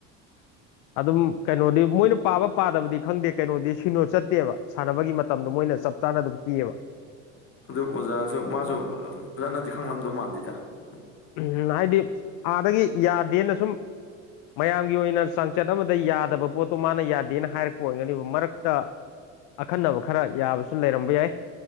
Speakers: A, on the left; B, on the left.
A: <unintelligible>
B: ꯑꯗꯨꯝ ꯀꯩꯅꯣꯗꯤ ꯃꯣꯏꯅ ꯄꯥꯕ ꯄꯥꯗꯕꯗꯤ ꯈꯪꯗꯦ ꯀꯩꯅꯣꯗꯤ ꯁꯤꯅꯣ ꯆꯠꯇꯦꯕ ꯁꯥꯟꯅꯕꯒꯤ ꯃꯇꯝꯗꯣ ꯃꯣꯏꯅ ꯆ ꯆꯥꯅ ꯑꯗꯨꯝ ꯄꯤꯌꯦꯕ
A: ꯑꯗꯨ ꯑꯣꯖꯥꯁꯨ ꯃꯥꯁꯨ ꯐꯖꯅꯗꯤ ꯈꯪꯂꯝꯗꯧ ꯃꯥꯟꯗꯦꯗ ꯁꯨꯝ
B: ꯎꯝ ꯍꯥꯏꯗꯤ ꯑꯥꯗꯒꯤ ꯌꯥꯗꯦꯅ ꯁꯨꯝ ꯃꯌꯥꯝꯒꯤ ꯑꯣꯏꯅ ꯆꯥꯡꯆꯠ ꯑꯃꯗ ꯌꯥꯗꯕ ꯄꯣꯠꯇꯣ ꯃꯥꯅ ꯌꯥꯗꯦꯅ ꯍꯥꯏꯔꯛꯄ ꯑꯣꯏꯒꯅꯤꯕ ꯃꯔꯛꯇ ꯑꯈꯟꯅꯕ ꯈꯔ ꯌꯥꯕꯁꯨ ꯂꯩꯔꯝꯕ ꯌꯥꯏ